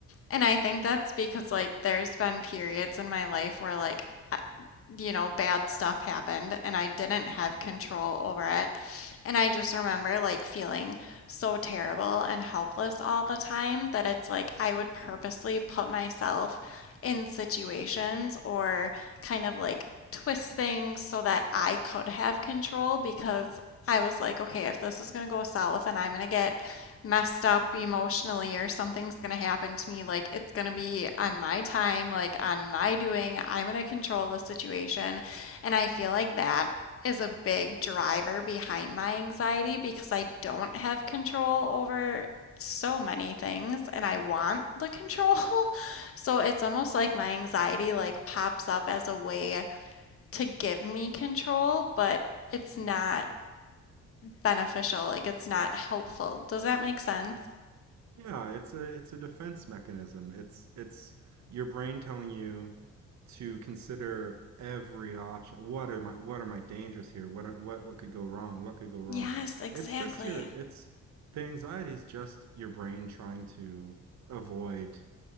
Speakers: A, on the left; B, on the right.
A: And I think that's because, like, there's been periods in my life where, like, I- you know, bad stuff happened and I didn't have control over it. And I just remember like feeling so terrible and helpless all the time that it's like I would purposely put myself in situations or kind of like twist things so that I could have control because I was like, okay, if this is going to go south and I'm going to get messed up emotionally or something's going to happen to me, like it's going to be on my time, like on my doing. I'm going to control the situation. And I feel like that is a big driver behind my anxiety because I don't have control over so many things and I want the control. <laughs> So it's almost like my anxiety like pops up as a way to give me control, but it's not beneficial, like it's not helpful. Does that make sense?
B: Yeah, it's a it's a defense mechanism. It's it's your brain telling you to consider every option. What are my what are my dangers here? What are, what what could go wrong? What could go wrong?
A: Yes, exactly.
B: It's just your it's the anxiety is just your brain trying to avoid